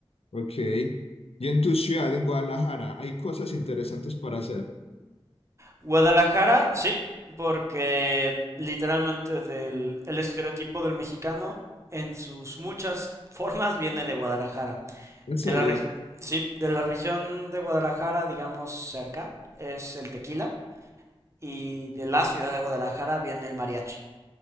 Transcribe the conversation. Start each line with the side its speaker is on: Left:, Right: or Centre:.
Left: Ok. Y en tu ciudad, en Guadalajara, hay cosas interesantes para hacer.
Right: Guadalajara, sí, porque literalmente del, el estereotipo del mexicano en sus muchas formas viene de Guadalajara.
Left: ¿En
Right: De
Left: serio?
Right: la reg- sí, de la región de Guadalajara, digamos cerca, es el tequila y de la ciudad de Guadalajara viene el mariachi.